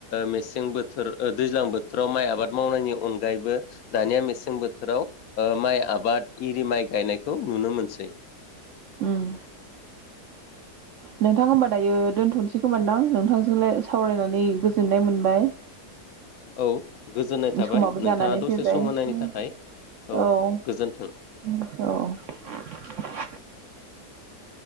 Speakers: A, on the left (about 65°); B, on the right (about 70°).
A: मेसें बोथोराव दैज्लां बोथोराव माइ आबाद मावनायनि अनगायैबो दानिया मेसें बोथोराव माइ आबाद इरि माइ गायनायखौ नुनो मोनसै
B: ओम नोंथां होमबा दायो दोनथ'नोसै खोमादां नोंथांजोंलाय सावरायनानै गोजोननाय मोनबाय
A: औ गोजोननाय थाबाय
B: समाबो
A: नोंथाङा
B: जानानै
A: दसे
B: फैबाय
A: सम होनायनि थाखाय
B: औ
A: औ गोजोन्थों।
B: औ
A: <inaudible>